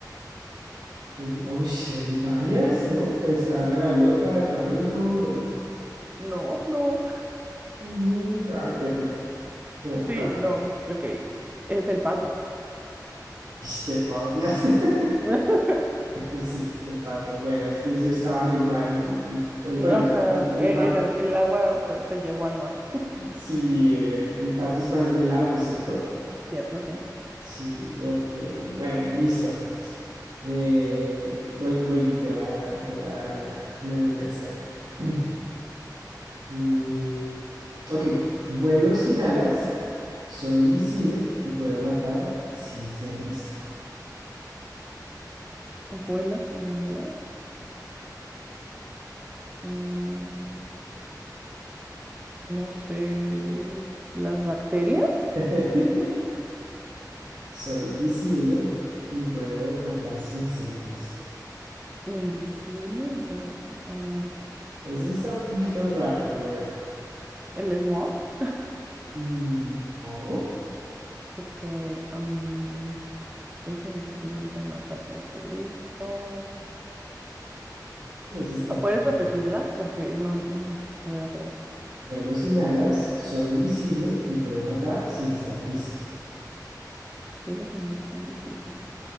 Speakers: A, on the right (about 70°); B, on the right (about 20°).
A: el- uy, sí, hay varias, ¿no? Está la gaviota, el flamenco. el-
B: No, no.
A: mm, ay, perdí. No,
B: Sí,
A: ¿Cuál?
B: no. Ok. Es el pato.
A: Este, por Dios. <laughs>
B: <laughs>
A: Sí, el pato. Bueno, es que yo estaba en el mar. y- y, pues, bueno,
B: Ajá.
A: el, el
B: e-
A: pato
B: e, El, el agua pues, te llevó al mar,
A: Sí, eh, el pato es más de lago, ¿cierto?
B: ¿cierto? Sí.
A: Sí, ok, bueno, listo. Eh, voy, voy y te voy a, te voy a dar una, una adivinanza, a ver. <clears throat> Mm, ok, vuelo sin alas, soy invisible y puedo matar sin ser visto.
B: Vuelas, inhalas. mm, no sé. Las bacterias.
A: <laughs> Soy invisible y puedo matar sin ser visto.
B: Invisible. y prim- ah,
A: Eso está un poquito raro, pero bueno.
B: el smog. <laughs>
A: Mm, No,
B: Porque am, es invisible y puede matarse en servicio.
A: eso está
B: Ah,
A: un
B: ¿Puedes
A: poquito.
B: repetirla? Porque no, no, no. A ver, otra vez.
A: Vuelo sin alas, soy invisible y puedo matar sin ser visto.
B: Vuelas, inhalas, invisible.